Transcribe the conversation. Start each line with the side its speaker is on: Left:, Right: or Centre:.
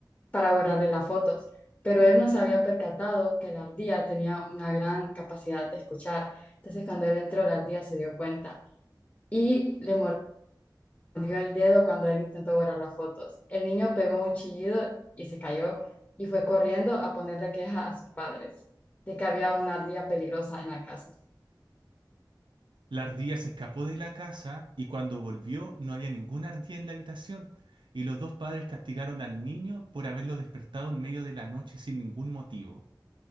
Left: para borrarle las fotos, pero él no se había percatado que la ardilla tenía una gran capacidad de escuchar. Entonces, cuando él entró, la ardilla se dio cuenta y le dio el dedo cuando él intentó borrar las fotos. El niño pegó un chillido y se cayó y fue corriendo a ponerle queja a sus padres de que había una ardilla peligrosa en la casa.
Right: La ardilla se escapó de la casa y cuando volvió no había ninguna ardilla en la habitación y los dos padres castigaron al niño por haberlo despertado en medio de la noche sin ningún motivo.